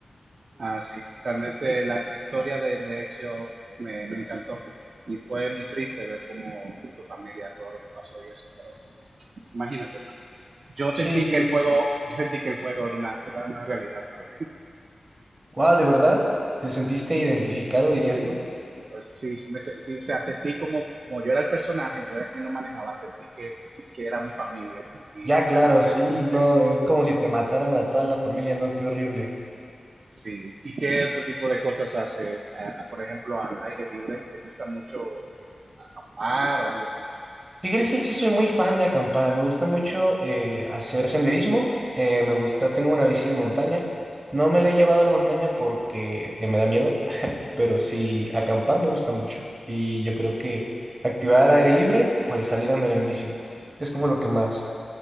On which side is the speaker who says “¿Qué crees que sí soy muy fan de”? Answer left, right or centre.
Right